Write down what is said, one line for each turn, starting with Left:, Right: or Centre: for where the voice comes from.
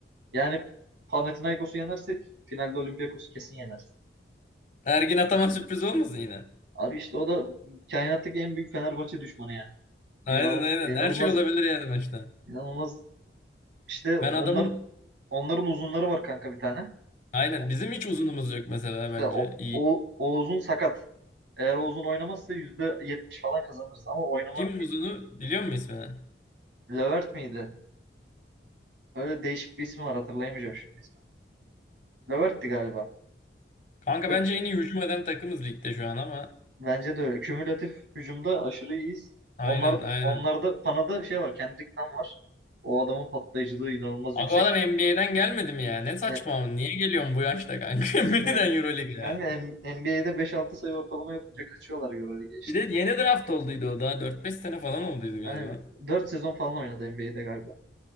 Right: Yani Panathinaikos'u yenersek finalde Olympiakos'u kesin yeneriz.
Left: Ergin Ataman sürpriz olmasın yine.
Right: Abi işte o da kainattaki en büyük Fenerbahçe düşmanı yani.
Left: Aynen
Right: İnan,
Left: aynen
Right: inanılmaz
Left: her şey olabilir yani maçta.
Right: inanılmaz işte onlar
Left: Ben adamın
Right: onların uzunları var kanka bir tane.
Left: aynen
Right: O-
Left: bizim hiç uzunumuz yok mesela
Right: İşte
Left: bence.
Right: o,
Left: İyi.
Right: o, o uzun sakat. Eğer o uzun oynamazsa %70 falan kazanırız ama oynama
Left: Kim uzunu biliyor musun ismini?
Right: Levert miydi? Öyle değişik bir ismi var hatırlayamayacağım şimdi ismi. Levert'ti galiba.
Left: Kanka
Right: Yok,
Left: bence en iyi hücum eden takımız ligde şu an ama
Right: bence de öyle. Kümülatif hücumda aşırı iyiyiz.
Left: Aynen
Right: Onlar,
Left: aynen.
Right: onlarda Pana'da şey var. Kendrick Nunn var. O adamın patlayıcılığı inanılmaz
Left: Abi
Right: yüksek.
Left: o adam NBA'den gelmedi mi ya? Ne saçma.
Right: E,
Left: Niye geliyorsun bu yaşta kanka? <laughs> NBA'den
Right: e,
Left: Euroleague'e
Right: yani
Left: ya.
Right: NBA'de beş altı sayı ortalama yapınca kaçıyorlar göre geçti.
Left: Bir de yeni draft olduydu o daha. dört beş sene falan olduydu galiba.
Right: Yani 4 sezon falan oynadı NBA'de galiba.